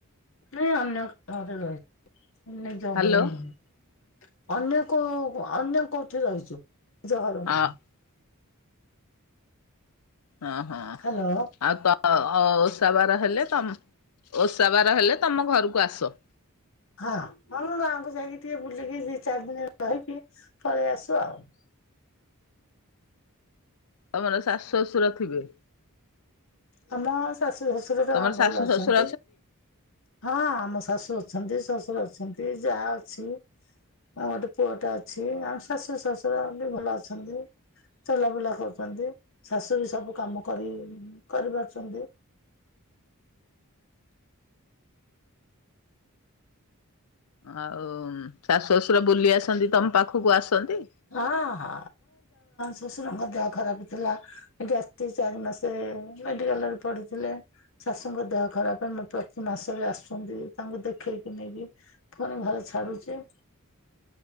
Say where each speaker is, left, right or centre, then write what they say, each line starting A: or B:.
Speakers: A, on the left; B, on the left.
A: ନାଇଁ ଅନ୍ୟ କହା ଘରେ ର ନିଜ
B: ହ୍ୟାଲୋ
A: ଘର ନୁହେଁ। ଅନ୍ୟ କ ଅନ୍ୟ କୋଉଠି ରହିଛୁ <inaudible>
B: ହଁ ଓଁ ହଁ
A: ହ୍ୟାଲୋ
B: ଆଉ ତ ଓଷା ବାର ହେଲେ ତମ ଓଷା ବାର ହେଲେ ତମ ଘରକୁ ଆସ।
A: ହଁ ହଁ ମୁଁ ଗାଁକୁ ଯାଇକି ଟିକେ ବୁଲିକି ଦି ଚାରି ଦିନରେ ରହିକି ପଳେଇ ଆସୁ ଆଉ।
B: ତମର ଶାଶୁ ଶ୍ୱଶୁର ଥିବେ।
A: ତମ ଶାଶୁ ଶ୍ୱଶୁର ତ
B: ତମର
A: ଭଲ
B: ଶାଶୁ
A: ଅଛନ୍ତି।
B: ଶ୍ୱଶୁର
A: ହଁ ଆମ ଶାଶୁ ଅଛନ୍ତି ଶଶୁର ଅଛନ୍ତି ଯାଆ ଅଛି। ଆଉ ଗୋଟେ ପୁଅଟା ଅଛି ଆ ଶାଶୁର ଶଶୁର ବି ଭଲ ଅଛନ୍ତି। ଚଲାବୁଲା କରୁଛନ୍ତି ଶାଶୁ ବି ସବୁ କାମ କରି କରିପାରୁଛନ୍ତି।
B: ଆଉ ଶାଶୁ ଶଶୁର ବୁଲି ଆସନ୍ତି ତମ ପାଖକୁ ଆସନ୍ତି।
A: ହଁ ହଁ ଶ୍ୱଶୁରଙ୍କ ଦେହ ଖରାପ ଥିଲା। ଏଠି ଆସି ଚାରି ମାସେ ମେଡିକାଲରେ ପଡିଥିଲେ। ଶାଶୁଙ୍କ ଦେହ ଖରାପ ପାଇଁ ପ୍ରତି ମାସରେ ଆସୁଛନ୍ତି ତାଙ୍କୁ ଦେଖେଇକି ନେଇକି। ଫୁଣି ଭଲ ଛାଡୁଛି।